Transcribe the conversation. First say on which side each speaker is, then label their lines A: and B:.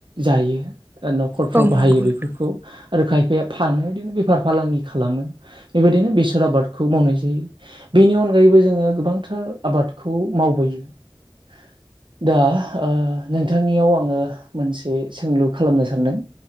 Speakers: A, on the right; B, on the right.
A: जायो । न'खरफ्राव
B: औ नंगौ
A: बाहायो बेफोरखौ
B: नोंथां
A: आरो खायफाया फानो बिदिनो बेफार फालांगि खालामो बेबायदिनो बेसर आबादखौ मावनाय जायो । बेनि अनगायैबो जोङो गोबांथार आबादखौ मावबोयो । दा नोंथांनियाव आङो मोनसे सोंलु खालामनो सानदों